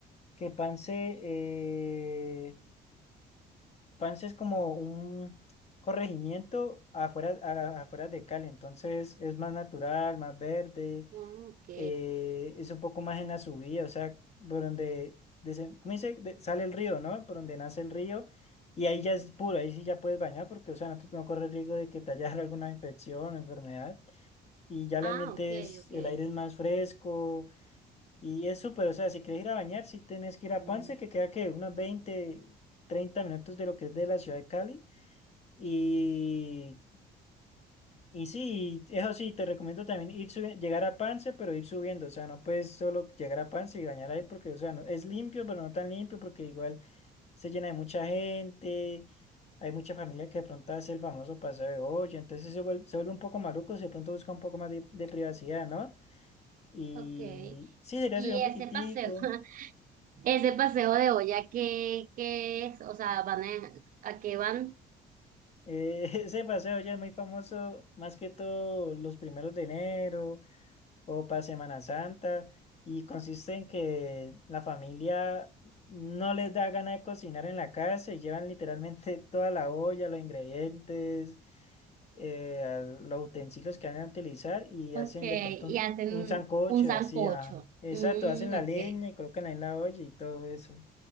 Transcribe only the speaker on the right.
Mm, Ok,
ah,
ok,
ok.
Mm.
Ok,
y
ese
paseo, <laughs> ese paseo de olla, ¿qué, qué es? O sea, van a, ¿a qué van?
Ok,
y
hacen
un,
un sancocho.
Mm,
ok.